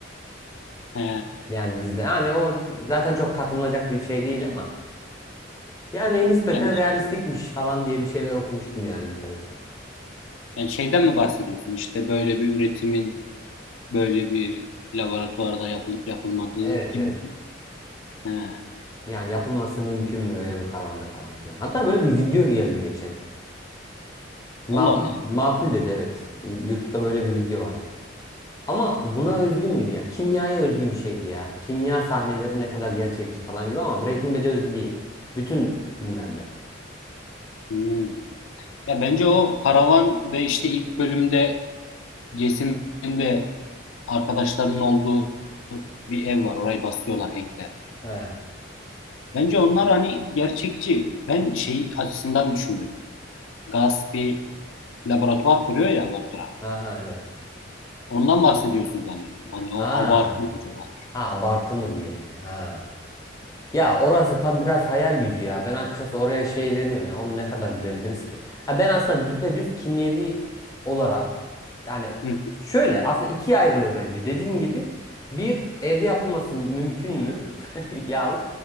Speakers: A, on the left; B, on the left.
A: He.
B: Yani dizide yani o zaten çok takılınacak bir şey değil ama yani nispeten
A: Yani,
B: realistikmiş falan diye bir şeyler okumuştum yani internette.
A: yani şeyden mi bahsediyorsun? İşte böyle bir üretimin böyle bir laboratuvarda yapılıp yapılmadığı
B: Evet
A: gibi.
B: evet
A: He.
B: Yani yapılması mümkün mü öyle bir karavanda falan filan. Hatta böyle bir video geldi geçen. Makul,
A: Allah Allah.
B: makul dedi evet. YouTube'da böyle bir video var. Ama buna özgü müydü ya? Kimyaya özgü bir şeydi ya. Kimya sahneleri ne kadar gerçekçi falan gibi ama Breaking Bad'e özgü değil. Bütün filmlerde.
A: Hmm. Ya bence o karavan ve işte ilk bölümde Jason'ın de arkadaşlarının olduğu bir ev var. Orayı basıyorlar Hank'le.
B: He.
A: Bence onlar hani gerçekçi. Ben şey açısından düşündüm. Gus bir laboratuvar kuruyor ya Walter'a.
B: Aha evet.
A: Ondan bahsediyorsun zannettim. Hani o
B: Ha.
A: abartılı bir tema.
B: Ha abartı mı diye mi? Ha. Ya orası tam biraz hayal gücü ya. Ben açıkçası oraya şey veriyorum ya. Onu ne kadar bilebiliriz ki? Ha ben aslında düpedüz kimyevi olarak yani
A: Hı.
B: şöyle aslında ikiye ayrılıyor bence. Dediğin gibi bir evde yapılması mümkün mü? <laughs> Yahut